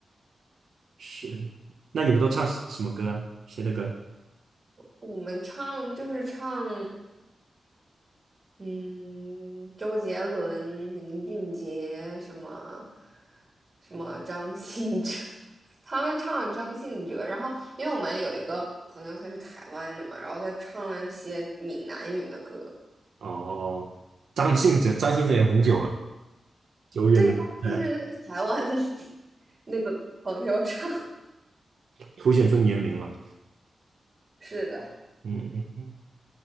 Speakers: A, on the right; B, on the right.
A: 是，那你们都唱什么歌啊？谁的歌？
B: 我们唱就是唱，嗯，周杰伦、林俊杰什么什么张信哲，<laughs> 他们唱了张信哲，然后因为我们有一个朋友他是台湾的嘛，然后他唱了一些闽南语的歌，
A: 哦，张信哲，张信哲也很久了，久远的年代
B: 对呀，就是那个台湾 <laughs> 那个朋友唱，
A: 凸显出年龄了。
B: 是的，
A: 嗯嗯嗯，